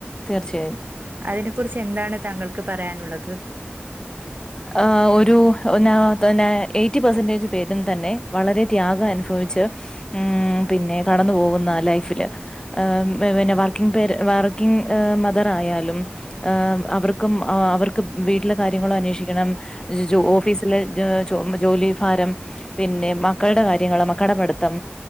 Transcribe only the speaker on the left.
തീർച്ചയായും
ആ ഒരു എന്നാ തന്നെ എയ്റ്റി പെർസെന്റേജ് പേരും തന്നെ വളരെ ത്യാഗം അനുഭവി - ച്ച് മ് പിന്നെ കടന്ന് പോകുന്ന ലൈഫില് മ് പിന്നെ വർക്കിംഗ്‌ന്റല് വർക്കിംഗ് ‌ മദർ ആയാലും അവർക്കും ആ അവർക്ക് വീട്ടിലെ കാര്യങ്ങളും അന്വേഷി- ക്കണം ഓഫീസില് ജോലി ഭാരം പിന്നെ മക്കളുടെ കാര്യങ്ങള് മക്കൾടെ പഠിത്തം